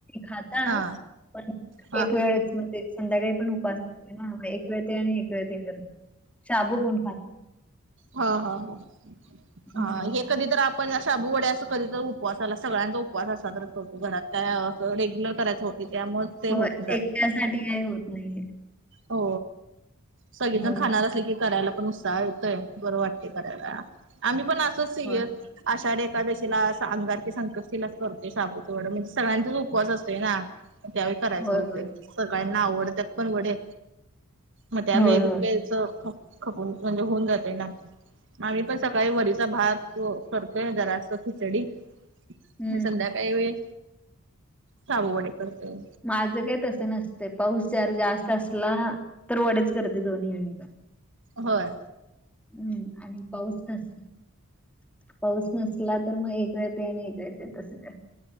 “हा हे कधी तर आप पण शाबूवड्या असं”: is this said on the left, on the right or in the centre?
Right